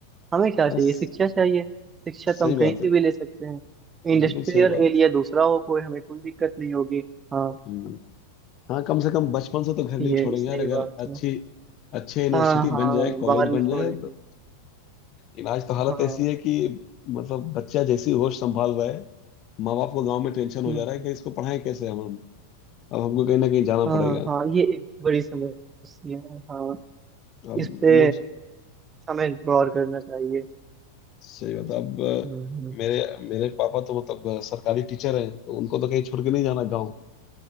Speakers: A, on the right; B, on the left.
A: हमें क्या
B: हाँ,
A: चाहिए
B: स-
A: शिक्षा चाहिए शिक्षा
B: सही
A: तो हम कहीं
B: बात
A: से
B: है
A: भी ले सकते हैं इंडस्ट्रियल
B: बिल्कुल सही बात
A: एरिया दूसरा हो कोई हमें कोई दिक्कत नहीं होगी हाँ
B: है हम्म। हाँ कम से कम बचपन से तो घर नहीं
A: ये
B: छोड़ेंगे
A: सही
B: यार अगर
A: बात
B: अच्छी
A: है
B: अच्छे यूनिवर्सिटी
A: हाँ हाँ
B: बन जाए कॉलेज
A: बाद में
B: बन जाए
A: छोड़ेंगे
B: तो इलाज तो हालत
A: हाँ
B: ऐसी है कि मतलब बच्चा जैसी होश संभाल रहा है माँ बाप को गांव में टेंशन हो
A: हम्म,
B: जा रहा है
A: हम्म।
B: कि इसको पढ़ाएं कैसे हम अब हमको कहीं ना कहीं जाना
A: हाँ
B: पड़ेगा
A: हाँ ये एक बड़ी समस्या है हाँ
B: अब
A: इस पे
B: मुझ
A: हमें गौर करना चाहिए
B: सही बता अब अ,
A: हम्म, हम्म,
B: मेरे मेरे पापा तो मतलब अ, सरकारी टीचर हैं तो उनको तो कहीं छोड़ के नहीं जाना गाँव